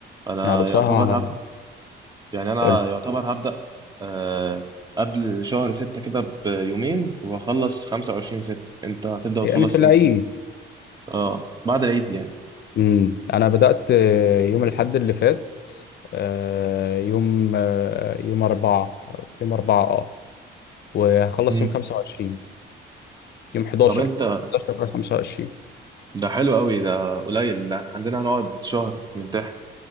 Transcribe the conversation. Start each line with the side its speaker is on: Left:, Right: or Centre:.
Right: انا
Left: انا على بصراحة
Right: يعتبر هبدا يعني انا
Left: قلت
Right: يعتبر هبدا آه قبل شهر ستة كده بيومين وهخلص 25 ستة انت هتبدا وتخلص
Left: يعني في العيد
Right: امتى اه بعد العيد يعني
Left: امم انا بدأت آه، يوم الاحد اللي فات آه، يوم آه، يوم أربعة يوم أربعة اه وهخلص
Right: امم
Left: يوم 25 يوم 11
Right: طب انت
Left: 11 أو 25
Right: ده حلو قوي ده قليل ده عندنا هنقعد شهر نمتحن